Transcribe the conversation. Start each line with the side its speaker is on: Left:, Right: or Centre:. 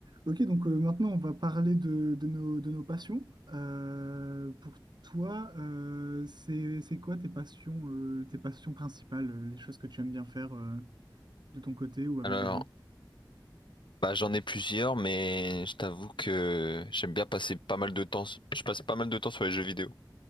Right: Ok, donc euh, maintenant on va parler de, de nos, de nos passions. Euh, pour toi, euh, c'est, c'est quoi tes passions, euh, tes passions principales, euh, les choses que tu aimes bien faire euh, de ton côté ou avec
Left: Alors,
Right: des gens?
Left: bah, j'en ai plusieurs, mais je t'avoue que j'aime bien passer pas mal de temps. Je passe pas mal de temps sur les jeux vidéo.